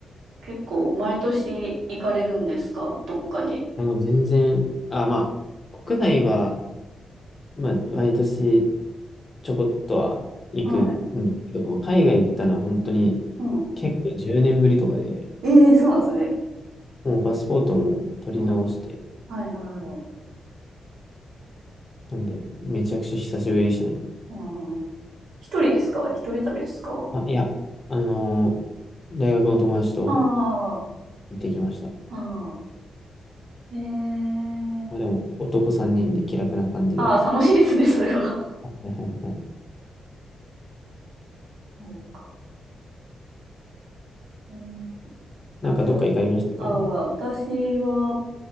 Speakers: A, on the right; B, on the left.
A: 結構、毎年行かれるんですかどっかに。
B: やもう全然、あ、まあ、国内は、まあ、毎年ちょこっとは行くんですけど、
A: はい。
B: 海外行ったのは本当に
A: うん。
B: 結構10年ぶりとかで、
A: ええそうなんですね。
B: もうパスポートも取り直して、
A: うん。はいはいはい。
B: なんで、めちゃくちゃ久しぶりでしたね。
A: うん。一人ですか一人旅ですか
B: あ、いや、あのー大学の友達と、
A: ああ、
B: 行ってきました。
A: ああ、ええ
B: まあでも、男3人で気楽な感じで。
A: ああ、楽しいですね、それは。
B: はいはいはい。
A: そうか。えーあ、
B: なんかどっか行かれましたか
A: じゃあ、ああ、私は